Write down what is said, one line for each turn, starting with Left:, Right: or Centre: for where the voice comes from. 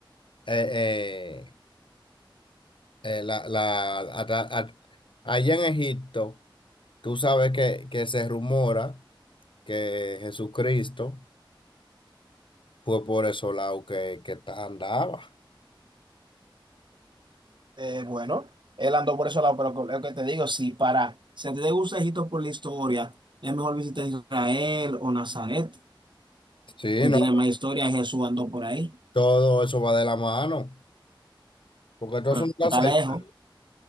Left: eh, eh, eh, la, la- ata- at- allá en Egipto, tú sabes que, que se rumora que Jesucristo fue por esos lados que, que ta- andaba.
Right: Eh, bueno, él andó por ese lado, pero con- lo que te digo, si para, si a ti te gusta Egipto por la historia, es mejor visitar Israel o Nazaret,
Left: Sí,
Right: que
Left: ¿no?
Right: tiene más historia, Jesús andó por ahí,
Left: Todo eso va de la mano. Porque todos
Right: pero
Left: son tan
Right: está
Left: cerca,
Right: lejos,